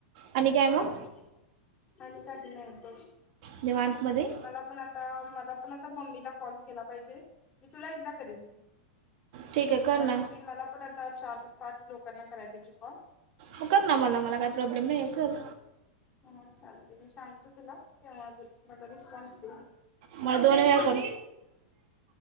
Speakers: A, on the right (about 55°); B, on the left (about 25°).
A: आणि काय मग?
B: आणि काही नाही बस
A: निवांतमध्ये
B: मला पण आ ता मला पण आता मम्मीला कॉल केला पाहिजे. मी तुला एकदा करेन
A: ठीक आहे कर
B: कारण
A: ना
B: की मला पण आता चार, पाच लोकांना करायंला पाहिजे कॉल.
A: तू कर ना मला, मला काही प्रॉब्लेम नाही आहे कर.
B: हा, चालेल मी सांगतो तुला, तेव्हा मला रिस्पॉन्स दे.
A: मला दोन वेळा कर